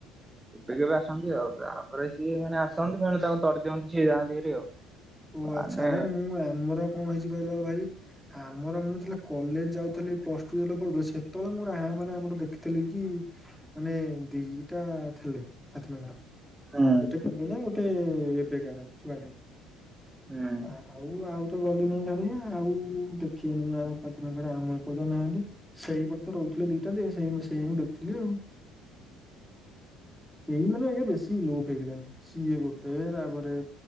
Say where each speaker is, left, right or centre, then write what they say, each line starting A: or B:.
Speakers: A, on the right; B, in the centre.
A: କେବେ କେବେ ଆସନ୍ତି ଆଉ ତାପରେ ସିଏ ମାନେ ଆସନ୍ତି ଏମାନେ ତାକୁ ତଡ଼ି ଦିଅନ୍ତି ସିଏ ଯାଆନ୍ତି। ହେରି ଆଉ।
B: ଓ
A: ମାନେ
B: ଆଚ୍ଛା ନାଇଁ ମୁଁ ଆମର କଣ ହେଇଛି କହିଲ ଭାଇ ଆମର ମୁଁ ଯେତେଲେ କଲେଜ ଯାଉଥିଲି, ପ୍ଲସ ଟୁ ଯେତେଲେ ପଢୁଥିଲି, ସେତେବେଳେ ମୁଁ ରାହାମାରେ ଆମର ଦେଖିଥିଲି କି ମାନେ ଦି ଦିଟା ଥିଲେ, ପାତି ମାଙ୍କଡ।
A: ହୁଁ
B: ଗୋଟେ <unintelligible> ଗୋଟେ ଏବେକାର ଛୁଆ ଟେ।
A: ହୁଁ।
B: ଆଉ, ଆଉ ତ ଗଲି ନାହିଁ ଛାନିଆ, ଆଉ ଦେଖି ହଉନି ଆଉ ପାତି ମାଙ୍କଡ ଆମ ଏପଟେ ତ ନାହାନ୍ତି। ସେଇ ପଟେ ତ ରହୁଥିଲେ ଦିଟା, ଯେ ସେଇ ସେଇ ମୁଁ ଦେଖଥିଲି ଆଉ। ଏଇମାନେ ଆଜ୍ଞା ବେଶୀ ଲୋପ ହେଇଗଲାଣି, ସିଏ ଗୋଟେ, ତାପରେ